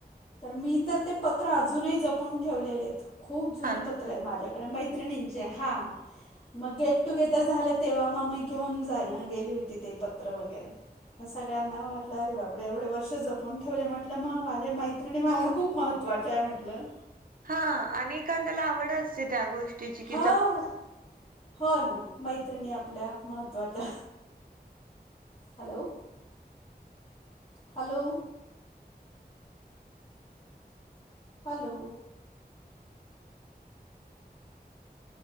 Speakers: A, on the left (about 35°); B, on the right (about 55°).
A: तर मी तर ते पत्र अजूनही जपून ठेवलेले आहेत खूप जुनी
B: हा ना
A: पत्र आहे माझ्याक ढ. मैत्रिणींचे हा. मग गेट टुगेदर झालं. तेव्हा मग मी घेऊन जा गेली होती ते पत्र वगैरे सगळ्यांना वाटलं अरे बापरे एवढे वर्ष जपून ठेवले. म्हटलं मग माझे मैत्रिणी मला खूप महत्वाच आहे म्हटलं.
B: हा एखाद्याला आवड असते त्या गोष्टीची की
A: हो
B: जप ''--''
A: हो ना मैत्रिणी आपल्या महत्त्वाच्या. Hello. Hello. Hello.